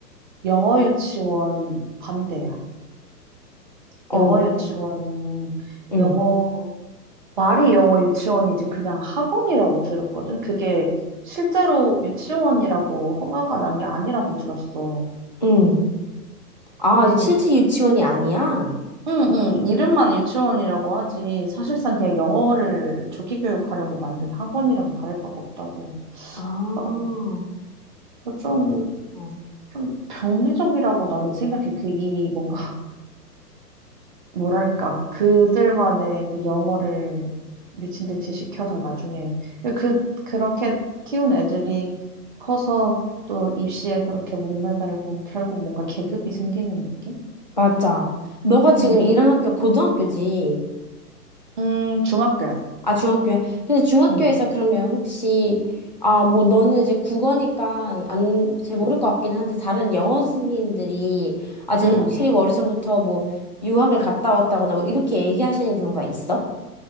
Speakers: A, on the right; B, on the left.
A: 영어 유치원 반대야.
B: 어,
A: 영어 유치원,
B: 응,
A: 영어 말이 영어 유치원이지 그냥 학원이라고 들었거든. 그게 실제로 유치원이라고 허가가 난 게 아니라고 들었어.
B: 응.
A: 그래서
B: 아, 실제 유치원이 아니야?
A: 응응 이름만 유치원이라고 하지 사실상 그냥 영어를 조기 교육하려고 만든 학원이랑 다를 바가 없다고
B: 아,
A: 하더라고. 좀
B: 그렇구나.
A: 좀 병리적이라고 나는 생각해. 그 이 뭔가 뭐랄까, 그들만의 그 영어를 미친 듯이 시켜서 나중에, 그, 그렇게 키운 애들이 커서 또 입시에 그렇게 목매달고 결국 뭔가 계급이 생기는 느낌?
B: 맞아. 너가 지금
A: 응.
B: 일하는 학교 고등학교지?
A: 음, 중학교야.
B: 아, 중학교야. 근데 중학교에서
A: 응,
B: 그러면 혹시, 아, 뭐, 너는 이제 국어니까 안, 잘
A: 응,
B: 모를 것 같긴 한데, 다른 영어 선생님들이, 아, 쟤는
A: 응, 응.
B: 확실히 어려서부터 뭐, 유학을 갔다 왔다거나 뭐, 이렇게 얘기하시는 경우가 있어?